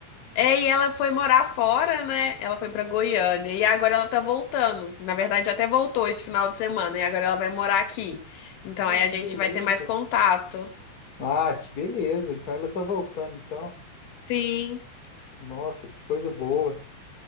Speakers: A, on the left; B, on the left.
A: É, e ela foi morar fora, né? Ela foi pra Goiânia e agora ela tá voltando. Na verdade, até voltou esse final de semana e agora ela vai morar aqui. Então
B: Ó,
A: aí a
B: que
A: gente
B: beleza.
A: vai ter mais contato.
B: Ah, que beleza. Então ela tá voltando, então.
A: Sim.
B: Nossa, que coisa boa.